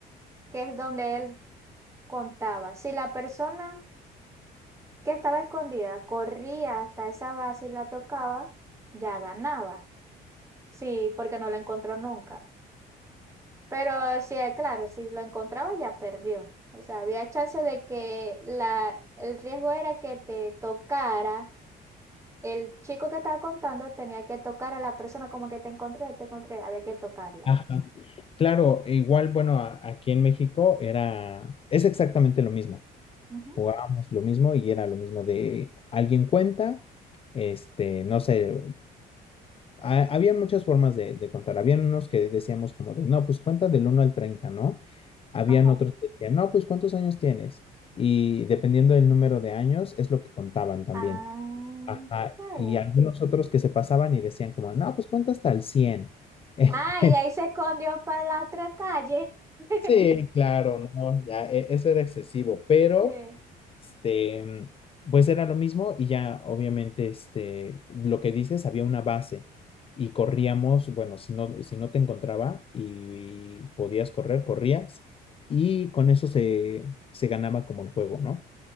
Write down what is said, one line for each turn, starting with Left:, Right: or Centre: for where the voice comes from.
Right: que es donde él contaba. Si la persona que estaba escondida corría hasta esa base y la tocaba, ya ganaba. Sí, porque no lo encontró nunca. Pero sí, eh, claro, si lo encontraba ya perdió. O sea, había chance de que la, el riesgo era que te tocara. El chico que estaba contando tenía que tocar a la persona como que te encontré, te encontré, había que tocarla.
Left: Ajá, claro, e igual, bueno, a- aquí en México era, es exactamente lo mismo,
Right: Ujú.
Left: jugábamos lo mismo y era lo mismo de alguien cuenta, este, no sé, ha- había muchas formas de, de contar, habían unos que decíamos como de, no, pues cuenta del uno al treinta ¿no? Habían
Right: Ajá.
Left: otros que decían, no, pues ¿cuántos años tienes? Y dependiendo del número de años es lo que contaban también.
Right: Ah,
Left: Ajá,
Right: está
Left: y
Right: bien.
Left: algunos otros que se pasaban y decían como, no, pues cuenta hasta el cien <laughs>
Right: Ah, y ahí se escondió para la otra calle. <laughs>
Left: Sí, claro, no, ya, e- eso era excesivo, pero,
Right: Sí.
Left: este, pues era lo mismo y ya, obviamente, este, lo que dices, había una base y corríamos, bueno, si no, si no te encontraba y, y podías correr, corrías y con eso se, se ganaba como el juego, ¿no?